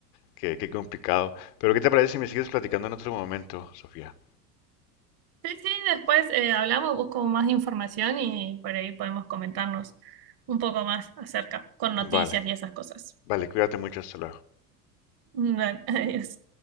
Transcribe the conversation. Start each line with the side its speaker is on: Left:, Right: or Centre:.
Left: Qué, qué complicado. Pero ¿qué te parece si me sigues platicando en otro momento, Sofía?
Right: sí, sí, después eh, hablamos, busco más información y por ahí podemos comentarnos un poco más acerca, con noticias
Left: Vale,
Right: y esas cosas.
Left: vale, cuídate mucho, hasta luego.
Right: Bueno, <laughs> adiós.